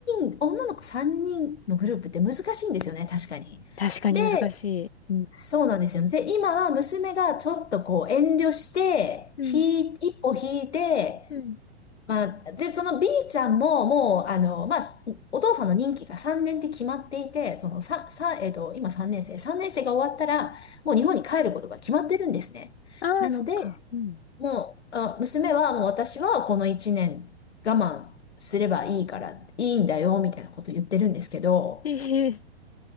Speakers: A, on the left; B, on the left.
A: 人、女の子3人のグループって難しいんですよね、確かに。
B: 確かに難しい。
A: で、
B: うん、
A: そうなんですよ。で、今は娘がちょっとこう遠慮して、
B: うん、
A: ひい、一歩引いて、
B: うん。
A: まあ、で、その B ちゃんも、もう、あの、まあ、お父さんの任期が3年って決まっていて、その、さ、さ、えっと、今3年生、3年生が終わったら、もう日本に帰ることが決まってるんですね。
B: ああ、
A: なので、
B: そっか。うん。
A: もう、あ、娘は、もう私はこの1年我慢すればいいから、いいんだよ、みたいなこと言ってるんですけど、
B: ええ